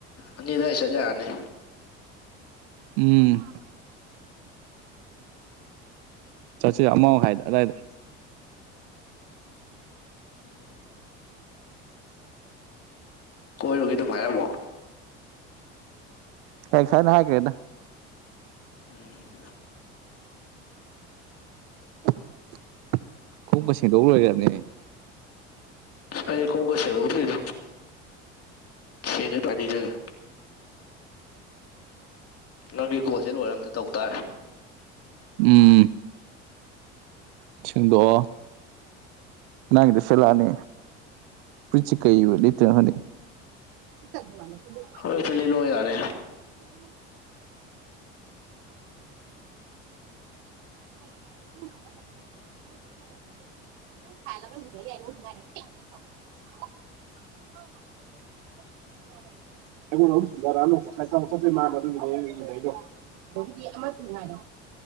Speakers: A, on the left; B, on the right.
A: ꯑꯅꯤ ꯑꯗꯨꯋꯥꯏ ꯆꯠ ꯌꯥꯔꯅꯤ
B: ꯎꯝ ꯆꯠꯆꯤ ꯑꯃꯥꯎ ꯍꯥꯏꯗ ꯑꯗꯥꯏꯗ
A: ꯎꯝ <unintelligible> ꯀꯣꯏꯔꯨꯒꯦ ꯑꯗꯨꯝ ꯍꯥꯏꯔꯝꯃꯣ
B: ꯐ ꯁꯅ ꯍꯥꯏꯒ꯭ꯔꯦꯗ
A: ꯎꯝ <unintelligible>
B: <unintelligible> ꯀꯨꯝꯕ ꯁꯦꯡꯗꯣꯛ ꯂꯣꯏꯈ꯭ꯔꯕꯅꯦ ꯑꯩ
A: ꯑꯩꯗꯤ ꯈꯣꯉꯨꯝ ꯁꯦꯡꯗꯣꯛꯇ꯭ꯔꯤꯗ <unintelligible> ꯅꯤꯖꯒ ꯅꯪꯒꯤ ꯀꯣꯜꯁꯦ ꯂꯣꯏꯔ ꯑꯝꯇ ꯇꯧ ꯇꯥꯔꯦ
B: ꯎꯝ ꯁꯦꯡꯗꯣꯛꯑꯣ ꯅꯪꯒꯤꯗꯣ ꯁꯤꯠꯂꯅꯤ ꯐꯨꯔꯤꯠꯁꯤ ꯀꯩ ꯑꯣꯏꯅ ꯂꯤꯠꯇꯣꯏꯅꯣ ꯈꯪꯗꯦ ꯇꯒꯤ ꯃꯥꯅ <unintelligible>
A: ꯑꯃꯥ ꯍꯦꯛꯇꯥ ꯂꯤꯠꯂꯛ ꯑꯣ ꯌꯥꯔꯦ
B: <unintelligible> <unintelligible> <unintelligible> <unintelligible> <unintelligible> ꯃꯥ ꯑꯗꯨꯒꯤꯅꯤ ꯑꯨꯅꯩꯗꯣ꯫ <unintelligible> ꯑꯗꯒꯤꯗꯤ ꯑꯃꯁꯨ ꯉꯥꯏꯔꯦ